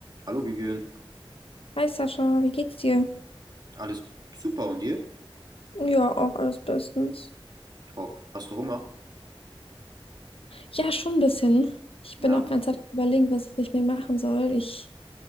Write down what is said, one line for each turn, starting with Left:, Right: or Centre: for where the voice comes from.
Right: Hallo Vivian,
Left: Hi Sascha, wie geht's dir?
Right: alles super und dir?
Left: Ja, auch alles bestens.
Right: Top. Hast du Hunger?
Left: Ja, schon ein bisschen. Ich
Right: Ja,
Left: bin auch ganz am überlegen, was ich mir machen soll. Ich